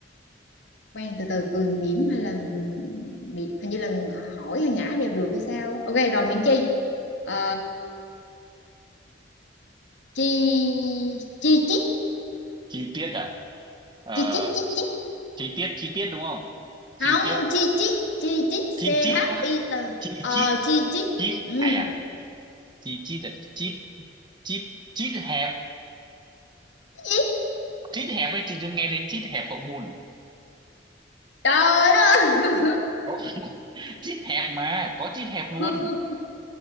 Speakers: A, on the left; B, on the right.
A: khoan từ từ cười mỉm hay là mỉm hình như là hỏi hay ngã đều được hay sao? á. Ok rồi mỉm chi? Ờ, chi chi chít
B: chi tiết à ờ,
A: chi chít chi chít
B: chi tiết chi tiết đúng không chi
A: không
B: tiết
A: chi chít chi chít
B: chi
A: c
B: chít
A: h
B: á
A: i t
B: chi
A: ờ
B: chít
A: chi chít
B: chít
A: ừ
B: à à chi chít à chít chít chít hẹp
A: cái gì
B: chít hẹp ấy chị chưa nghe thấy chít hẹp hậu môn à?
A: trời đất
B: có chít hẹp mà có chít hẹp luôn
A: ơi